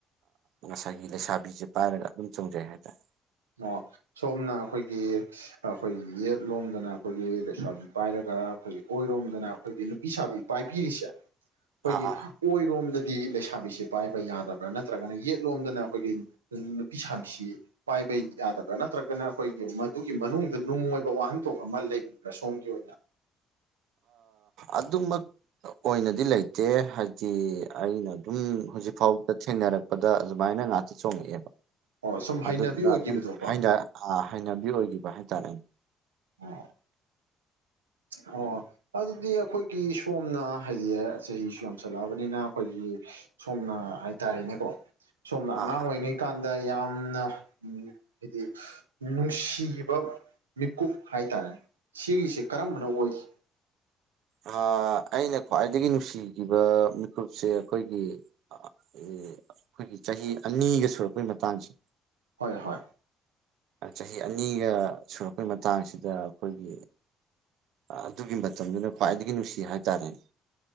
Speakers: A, on the right; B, on the right.
A: ꯉꯁꯥꯏꯒꯤ ꯂꯩꯁꯥꯕꯤꯁꯦ ꯄꯥꯏꯔꯒ ꯑꯗꯨꯝ ꯆꯣꯡꯖꯩ ꯍꯥꯏꯇꯥꯔꯦ
B: ꯑꯣ ꯁꯣꯝꯅ ꯑꯩꯈꯣꯏꯒꯤ ꯑꯩꯈꯣꯏꯒꯤ ꯌꯦꯠ ꯂꯣꯝꯗꯅ ꯑꯩꯈꯣꯏꯒꯤ ꯂꯩꯁꯥꯕꯤ ꯄꯥꯏꯔꯒ ꯈꯣꯏ ꯑꯣꯏꯔꯣꯝꯗꯅ ꯑꯩꯈꯣꯏꯒꯤ ꯅꯨꯄꯤ ꯁꯥꯕꯤ ꯄꯥꯏꯕꯤꯔꯤꯁꯦ ꯑꯩꯈꯣꯏꯒꯤ
A: ꯑꯥ
B: ꯑꯣꯏꯔꯣꯝꯗ ꯗꯤ ꯂꯩꯁꯥꯕꯤꯁꯤ ꯄꯥꯏꯕ ꯌꯥꯗꯕ꯭ꯔꯥ ꯅꯠꯇ꯭ꯔꯒꯅ ꯌꯦꯠꯂꯣꯝꯗꯅ ꯑꯩꯈꯣꯏꯒꯤ ꯅꯨꯄꯤ ꯁꯥꯕꯤꯁꯤ ꯄꯥꯏꯕ ꯌꯥꯗꯕ꯭ꯔꯥ ꯅꯠꯇ꯭ꯔꯒꯅ ꯑꯩꯈꯣꯏꯒꯤ ꯃꯗꯨꯒꯤ ꯃꯅꯨꯡꯗ ꯅꯨꯡ ꯑꯣꯏꯕ ꯋꯥꯍꯟꯊꯣꯛ ꯑꯃ ꯂꯩꯕꯤꯕ꯭ꯔꯥ ꯁꯣꯝꯒꯤ ꯑꯣꯏꯅ <inaudible>
A: ꯑꯗꯨꯃꯛ ꯑꯣꯏꯅꯗꯤ ꯂꯩꯇꯦ ꯍꯥꯏꯗꯤ ꯑꯩꯅ ꯑꯗꯨꯝ ꯍꯧꯖꯤꯛꯐꯥꯎꯗ ꯊꯦꯡꯅꯔꯛꯄꯗ ꯑꯗꯨꯃꯥꯏꯅ ꯉꯥꯛ ꯆꯣꯉꯛꯑꯦꯕ
B: ꯑꯣ ꯁꯨꯝ ꯍꯩꯅꯕꯤ
A: ꯑꯗꯨꯗꯨꯅ
B: ꯑꯣꯏꯈꯤꯕꯗꯣꯀꯣ
A: ꯑꯗꯨꯝ ꯍꯥꯏꯅ ꯍꯩꯅꯕꯤ ꯑꯣꯏꯈꯤꯕ ꯍꯥꯏꯇꯥꯔꯦꯅꯦ
B: <inaudible> ꯑꯣ ꯑꯗꯨꯗꯤ ꯑꯩꯈꯣꯏꯒꯤ ꯁꯣꯝꯅ ꯍꯥꯏꯗꯤ ꯆꯍꯤꯁꯨ ꯌꯥꯝꯁꯜꯂꯛꯑꯕꯅꯤꯅ ꯑꯩꯈꯣꯏꯒꯤ ꯁꯣꯝꯅ ꯍꯥꯏꯇꯔꯦꯅꯦꯀꯣ ꯁꯣꯝꯅ ꯑꯉꯥꯡ
A: ꯑꯥ
B: ꯑꯣꯏꯔꯤꯉꯩ ꯀꯥꯟꯗ ꯗ ꯌꯥꯝꯅ ꯍꯥꯏꯗꯤ ꯅꯨꯡꯁꯤꯕ ꯃꯤꯀꯨꯞ ꯍꯥꯏꯇꯔꯦ ꯁꯤꯒꯤꯁꯦ ꯀꯔꯝꯕꯅ ꯑꯣꯏꯈꯤ
A: ꯑ ꯑꯩꯅ ꯈ꯭ꯋꯥꯏꯗꯒꯤ ꯅꯨꯡꯁꯤꯈꯤꯕ ꯃꯤꯀꯨꯞꯁꯦ ꯑꯩꯈꯣꯏꯒꯤ ꯑꯦ ꯑꯩꯈꯣꯏꯒꯤ ꯆꯍꯤ ꯑꯅꯤꯒ ꯁꯨꯔꯛꯄꯒꯤ ꯃꯇꯥꯡꯁꯦ
B: ꯍꯣꯏ ꯍꯣꯏ
A: ꯆꯍꯤ ꯑꯅꯤꯒ ꯁꯨꯔꯛꯄꯩ ꯃꯇꯥꯡꯁꯤꯗ ꯑꯩꯈꯣꯏꯒꯤ ꯑꯗꯨꯒꯤ ꯃꯇꯝꯗꯨꯅ ꯈ꯭ꯋꯥꯏꯗꯒꯤ ꯅꯨꯡꯁꯤ ꯍꯥꯏꯇꯔꯦꯅꯦ